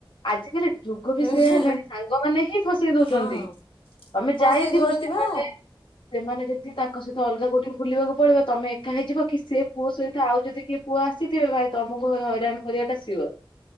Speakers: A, on the left; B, on the left.
A: ଆଜିିକାଲି ଆଗବି
B: ହୁଁ
A: ସେଇଆ
B: ହୁଁ,
A: ହେଲାଣି। ସାଙ୍ଗମାନୋ ହିଁ ଫସେଇ ଦଉଛନ୍ତି।
B: ହଁ
A: ତମେ
B: ଫସେଇ
A: ଯାଇଥିବ
B: ଦଉଛନ୍ତି
A: ସେମାନେ
B: ବା
A: ସେମାନେ ଯେମିତି ତାଙ୍କ ସହିତ ଅଲଗା କୋଉଠି ବୁଲିବାକୁ ପଳେଇବ। ତମେ ଏକା ହେଇଯିବ କି ସେ ପୁଅ ସହିତ ଆଉ ଯଦି କିଏ ପୁଅ ଆସିଥିବେ ଭାଇ ତମକୁ ହଇରାଣ କରି ଟା ସିଓର।